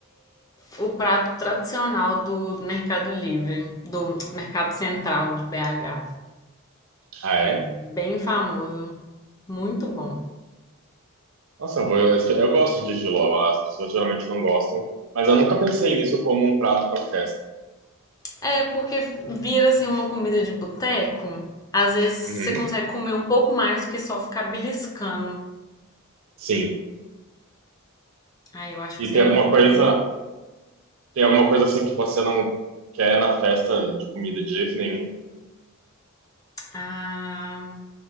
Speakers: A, on the left; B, on the right.
A: O prato tradicional do do Mercado Livre, do Mercado Central de BH.
B: Ah, é?
A: É bem famoso. Muito bom.
B: Nossa, eu, vou- eu- eu gosto de jiló, as pessoas geralmente não gostam, mas eu nunca pensei nisso como um prato para festa.
A: É, porque vira assim uma comida de boteco. Às vezes você
B: Uhum,
A: consegue comer um pouco mais do que só ficar beliscando.
B: sim.
A: Ah, eu acho
B: E
A: que seria
B: tem alguma
A: um pouco
B: coisa,
A: melhor.
B: tem alguma coisa assim que você não quer na festa de comida de jeito nenhum?
A: Ah,